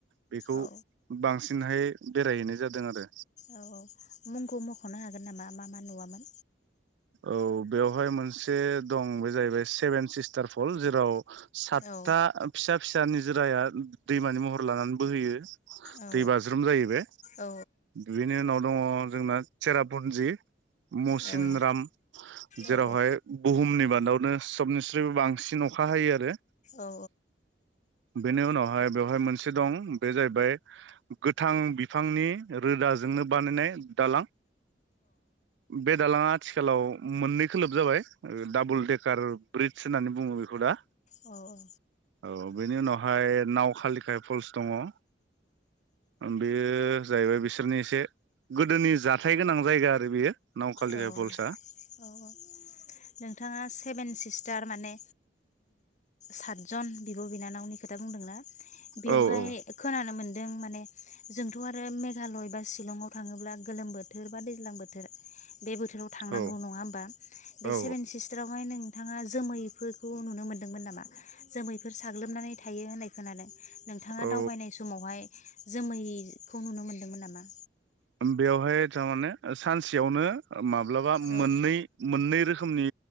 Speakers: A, on the right (about 80°); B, on the left (about 45°).
A: बेखौ
B: औ
A: बांसिन हाय बेरायहैनाय जादों आरो
B: औ औ मुंखौ मखनो हागोन नामा मा मा नुवामोन
A: औ बेवहाय मोनसे दं बे जाहैबाय सेभेन सिस्टार फल जेराव सातथा
B: औ
A: फिसा फिसा फिसा निजोराया दैमानि महर लानानै बोहैयो
B: औ
A: दै बाज्रुम जायो बे
B: औ
A: बिनि उनाव दङ जोंना चेरा पुन्जि मसिनरा
B: औ अ
A: जेरावहाय
B: अ औ
A: बुहुमनि बा न'आवनो सबनिसायबो बांसिन अखा हायो आरो
B: औ
A: बेनि उनावहाय बेवहाय मोनसे दं बे जाहैबाय गोथां बिफांनि रोदाजोंनो बानायनाय दालां बे दालाङा आथिखालाव मोननै खोलोब जाबाय डाबल देकार ब्रिज होननानै बुङो बेखौ दा
B: औ औ
A: औ बेनि उनावहाय नाव खालिखाय फल्स दङ ओ बेयो जाहैबाय बिसोरनि एसे गोदोनि जाथाय गोनां जायगा आरो बेयो नावखालिखाय
B: औ
A: फल्सआ
B: औ औ नोंथाङा सेभेन सिस्टार माने सातजन बिनानावनि खोथा बुंदोंना बेवहाय
A: औ औ
B: खोनानो मोनदों जों माने जोंथ' आरो मेघालय बा शिलंआव थाङोब्ला गोलोम बोथोर बा दैज्लां बोथोर बे बोथोराव थांनांगौ
A: औ
B: नङा होमबा बे
A: औ
B: सेभेन सिस्टारावहाय नों थाङा जोमैफोरखौ नुनो मोन्दोंमोन नामा? जोमैफोर साग्लोबनानै थायो होननाय खोनादों नोंथाङा
A: औ
B: दावबायनाय समावहाय जोमैखौ नुनो मोनदोंमोन नामा?
A: बेवहाय तारमाने सानसेयावनो माब्लाबा
B: औ
A: मोननै मोननै रो खोमनि